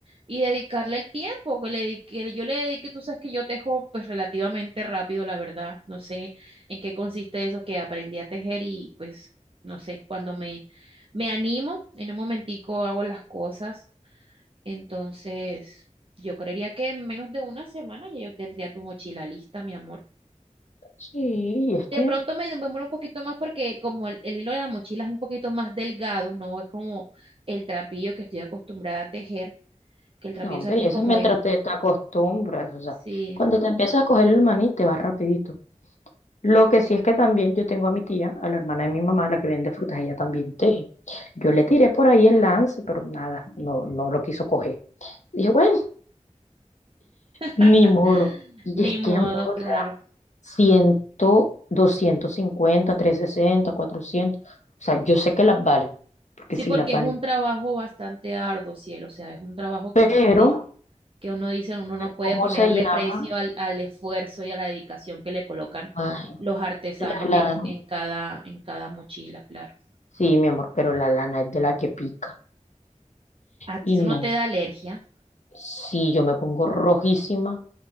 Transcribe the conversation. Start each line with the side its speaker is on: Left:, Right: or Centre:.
Right: y dedicarle el tiempo que le dedique- que yo le dedique. Tú sabes que yo tejo pues relativamente rápido, la verdad. No sé en qué consiste eso que aprendí a tejer y pues no sé, cuando me, me animo, en un momentico hago las cosas. Entonces, yo creería que en menos de una semana ya yo tendría tu mochila lista, mi amor.
Left: Sí, y es que,
Right: De pronto me demoro un poquito más porque como el, el hilo de la mochila es un poquito más delgado, no es como el trapillo que estoy acostumbrada a tejer, que el trapillo,
Left: no, hombre,
Right: ¿sabes qué?
Left: y eso
Right: Como
Left: es mientras
Right: es.
Left: te, te acostumbras, o sea,
Right: Sí,
Left: cuando te empiezas a coger el maní te va rapidito. Lo que sí es que también yo tengo a mi tía, a la hermana de mi mamá, la que vende frutas, ella también teje. Yo le tiré por ahí el lance, pero nada, no, no lo quiso coger. Dije, bueno,
Right: <laughs>
Left: ni modo. Y
Right: ni
Left: es que,
Right: modo,
Left: amor, o
Right: claro.
Left: sea, cien, doscientos cincuenta trescientos sesenta cuatrocientos O sea, yo sé que las valen, porque
Right: Sí,
Left: sí
Right: porque
Left: las valen.
Right: es un trabajo bastante arduo, cielo, o sea, es un trabajo que
Left: Pero,
Right: uno dice, que uno dice, uno no puede
Left: ¿cómo
Right: ponerle
Left: se llama?
Right: precio al, al esfuerzo y a la dedicación que le colocan
Left: Ay,
Right: los artesanos
Left: la lana.
Right: en, en cada, en cada mochila, claro.
Left: Sí, mi amor, pero la lana es de la que pica.
Right: ¿A ti
Left: Y
Right: eso
Left: no,
Right: no te da alergia?
Left: si yo me pongo rojísima